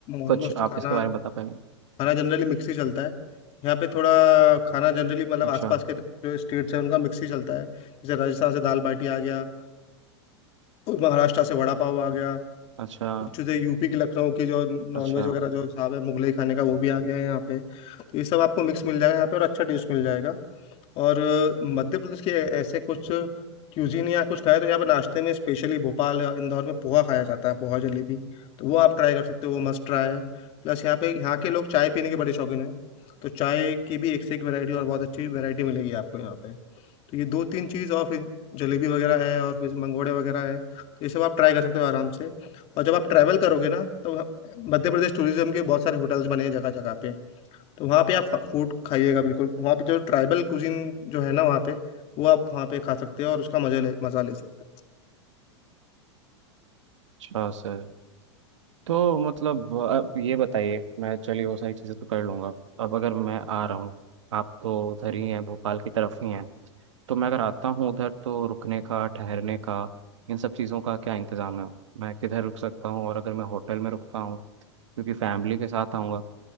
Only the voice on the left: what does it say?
ऑलमोस्ट
खाना
खाना जनरली मिक्स ही चलता है यहाँ पे थोड़ा खाना जनरली मतलब
आसपास के जो स्टेट्स हैं उनका मिक्स ही चलता है जैसे राजस्थान से दाल बाटी आ गया और महाराष्ट्र से वड़ा पाव आ गया
कुछ चीज़ें यूपी के लखनऊ की जो नॉनवेज
वगैरह जो हिसाब है मुगलई खाने का वो भी आ गया है यहाँ पे तो ये सब आपको मिक्स मिल जाएगा यहाँ पे और अच्छा टेस्ट मिल जाएगा और अ, मध्य प्रदेश के ऐ- ऐसे कुछ क्यूजीन या कुछ खाया तो यहाँ पे नाश्ते में स्पेशली भोपाल या इंदौर में पोहा खाया जाता है पोहा जलेबी तो वो आप ट्राई कर सकते हो वो मस्ट ट्राई है प्लस यहाँ पे यहाँ के लोग चाय पीने के बड़े शौकीन हैं तो चाय की भी एक से एक वैरायटी और बहुत अच्छी वैरायटी मिलेगी आपको यहाँ पे तो ये दो तीन चीज़ और फिर जलेबी वगैरह है और फिर मंगोड़े वगैरह है तो ये सब आप ट्राई कर सकते हो आराम से और जब आप ट्रैवल करोगे ना तो मध्य प्रदेश टूरिज्म के बहुत सारे होटल्स बने हैं जगह जगह पे तो वहाँ पे आप फूड खाइएगा बिल्कुल वहाँ पे जो ट्राइबल कुजिन जो है ना वहाँ पे वो आप वहाँ पे खा सकते हो और उसका मजा ले मजा ले सकते हो